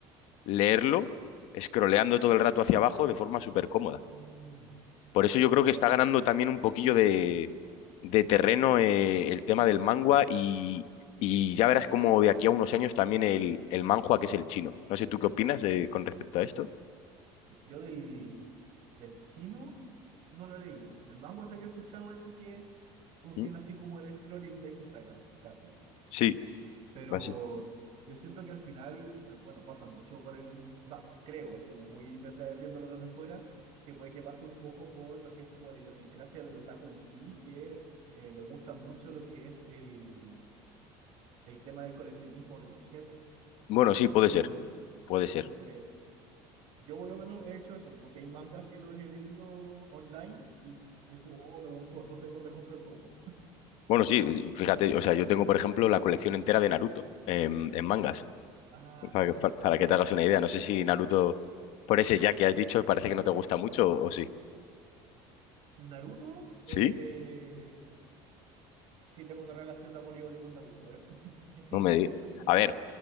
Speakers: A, on the left; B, on the right.
A: leerlo, scrolleando todo el rato hacia abajo de forma súper cómoda.
B: Mm,
A: Por eso yo creo
B: ya.
A: que está ganando también un poquillo de, de terreno eh, el tema del mangua y, y ya verás como de aquí a unos años también el, el manhua, que es el chino. No sé tú qué opinas eh, con respecto a esto.
B: Yo del, del chino no lo he leído. Del manga se había escuchado eso que funciona
A: Mm,
B: así como el scrolling de Instagram, casi.
A: Sí,
B: Pero
A: Así.
B: yo siento que al final, eh, bueno, pasa mucho por el, o sea, creo, así como muy desde, viéndolo desde fuera, que puede que pase un poco por lo que es como la idiosincrasia del otaku en sí, que eh, le gusta mucho lo que es el, el tema del coleccionismo del objeto
A: bueno, sí, puede
B: físico.
A: ser, puede ser.
B: Entonces Yo por lo menos he hecho eso, como que hay mangas que los he leído online y es como, oh, me gustó, entonces después me compro el tomo.
A: Bueno, sí, fíjate, o sea, yo tengo, por ejemplo, la colección entera de Naruto en, en mangas,
B: Ah,
A: para
B: ya.
A: que, para, para que te hagas una idea. No sé si Naruto, por ese ya que has dicho, parece que no te gusta mucho o, o sí.
B: Naruto,
A: ¿Sí?
B: eh, sí tengo una relación de amor y odio con Naruto, debo decirlo.
A: No me digas. A ver.